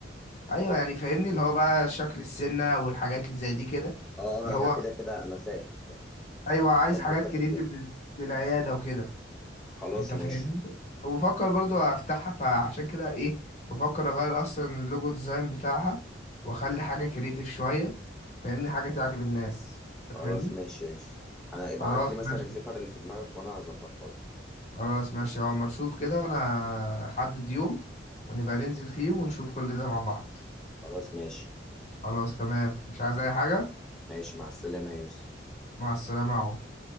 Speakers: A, on the left; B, in the centre.
A: ايوه يعني فاهمني اللي هو بقى شكل السنه والحاجات اللي زي دي كده
B: اه
A: اللي
B: انا
A: هو
B: كده كده انا فاهم فاهم
A: ايوه عايز
B: هظبط
A: حاجات
B: لك
A: كريتيف
B: الدنيا
A: للعياده وكده
B: خلاص
A: انت فاهمني
B: ماشي
A: وبفكر برضو افتحها فعشان كده ايه بفكر اغير اصلا اللوجو ديزاين بتاعها واخلي حاجه كريتيف شويه فاهمني حاجه تعجب الناس
B: خلاص
A: انت فاهمني
B: ماشي يا يوسف انا ابعت
A: خلاص
B: لي مثلا
A: ماشي
B: الفكر اللي في دماغك وانا هظبطها لك
A: خلاص ماشي يا عمر شوف كده وانا حدد يوم ونبقى ننزل فيه ونشوف كل ده مع بعض
B: خلاص ماشي
A: خلاص تمام مش عايز اي حاجه
B: ماشي مع السلامة يا يوسف
A: مع السلامه يا عمر